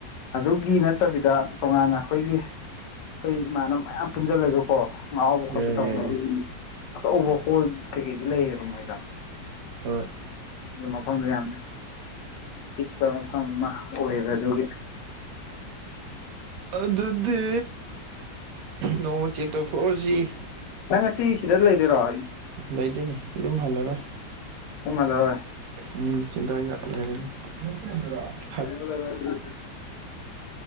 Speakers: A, on the left (about 80°); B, on the right (about 65°).
A: ꯑꯗꯨꯒꯤ ꯅꯠꯇꯕꯤꯗ ꯇꯣꯉꯥꯟꯅ ꯑꯩꯈꯣꯏꯒꯤ ꯈꯣꯏ ꯏꯃꯥꯟꯅꯕ ꯃꯌꯥꯝ ꯄꯨꯟꯁꯤꯜꯂꯒ ꯀꯣ ꯉꯥꯎꯕ
B: ꯌꯥꯏ
A: ꯈꯣꯠꯄ ꯇꯧꯅꯕꯒꯤꯅꯤ
B: ꯌꯥꯏ ꯌꯥꯏ
A: ꯫ ꯑꯆꯧꯕ ꯍꯣꯜ ꯀꯩꯀꯩꯗꯤ ꯂꯩꯌꯦꯕ ꯃꯣꯏꯗ ꯫
B: ꯍꯣꯏ
A: ꯑꯗꯨ ꯃꯐꯝꯗꯨ ꯌꯥꯝ ꯆꯤꯛꯄ ꯃꯐꯝ ꯑꯃ ꯑꯣꯏꯕ ꯑꯗꯨꯒꯤ ꯫
B: ꯑꯗꯨꯗꯤ ꯅꯣꯡꯃ ꯆꯦꯛ ꯇꯧꯊꯣꯛꯑꯁꯤ ꯫
A: ꯅꯪ ꯉꯁꯤ ꯁꯤꯗ ꯂꯩꯗ‌ꯣꯏꯔꯣ?
B: ꯂ‌ꯩꯗ‌ꯣꯏꯅ‌ꯦ ꯌꯨꯝ ꯍꯜꯂꯔ‌ꯣꯏ ꯫
A: ꯌꯨꯝ ꯍꯜꯂꯔ‌ꯣꯏ
B: ꯎꯝ ꯁꯤꯗ ꯑꯣꯏꯅ ꯂꯩꯔꯅꯤ ꯫
A: ꯂꯩꯔ‌ꯣ ꯂꯩꯔ‌ꯣ <unintelligible>